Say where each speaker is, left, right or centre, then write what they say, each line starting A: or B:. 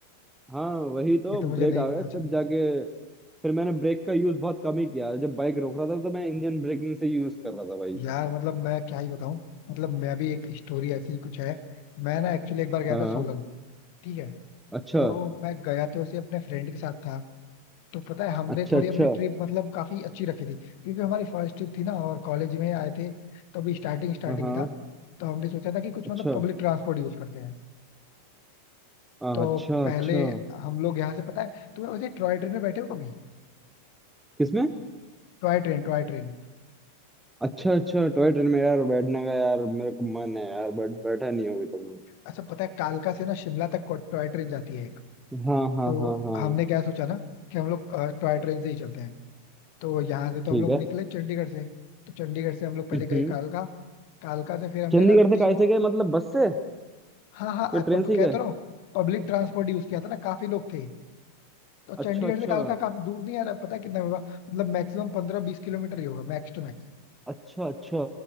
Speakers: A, in the centre; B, on the left (about 45°).
A: हाँ वही तो
B: ये तो मुझे
A: ब्रेक
B: नहीं
A: आ
B: पता
A: गए
B: चली
A: तब जाके फिर मैंने ब्रेक का यूज बहुत कम ही किया जब बाइक रोक रहा था तो मैं इंजन ब्रेकिंग से यूज कर रहा था भाई
B: यार मतलब मैं क्या ही बताऊं मतलब मैं भी एक स्टोरी ऐसी ही कुछ है मैं ना एक्चुअली एक बार गया
A: हाँ
B: था सोलन ठीक है
A: अच्छा
B: तो मैं गया तो ऐसे अपने फ्रेंड के साथ था तो पता है हमने
A: अच्छा
B: थोड़ी
A: अच्छा
B: अपनी ट्रिप मतलब काफी अच्छी रखी थी क्योंकि हमारी फर्स्ट ट्रिप थी ना और कॉलेज में आए थे तो अभी स्टार्टिंग स्टार्टिंग
A: हाँ हाँ,
B: ही था तो हमने सोचा था कि कुछ
A: अच्छा
B: मतलब पब्लिक ट्रांसपोर्ट यूज करते हैं
A: हाँ,
B: तो
A: अच्छा
B: पहले
A: अच्छा
B: हम लोग यहाँ से पता है तुम्हें वैसे टॉय ट्रेन में बैठे हो कभी
A: किसमें
B: Toy train toy train
A: अच्छा अच्छा टॉय ट्रेन में यार बैठने का यार मेरे को मन है यार बट बैठा नहीं होगी तुमने
B: अच्छा पता है कालका से ना शिमला तक टॉय ट्रेन जाती है एक
A: हाँ हाँ
B: तो
A: हाँ हाँ
B: हमने क्या सोचा ना कि हम लोग अ, टॉय ट्रेन से ही चलते हैं तो यहाँ से तो
A: ठीक
B: हम लोग
A: है
B: निकले चंडीगढ़ से तो चंडीगढ़ से हम लोग पहले
A: हम्म
B: गए कालका कालका से फिर हमने
A: चंडीगढ़
B: ना ती
A: से कैसे
B: वो
A: गए मतलब बस से
B: हाँ हाँ
A: या
B: अ,
A: ट्रेन
B: पब,
A: से ही
B: कहता
A: गए
B: रहा हूँ पब्लिक ट्रांसपोर्ट यूज किया था ना काफी लोग थे तो चंडीगढ़
A: अच्छा अच्छा
B: से कालका काफी दूर नहीं है यार पता है कितना होगा मतलब मैक्सिमम पंद्रह बीस किलोमीटर ही होगा मैक्स टू मैक्स
A: अच्छा अच्छा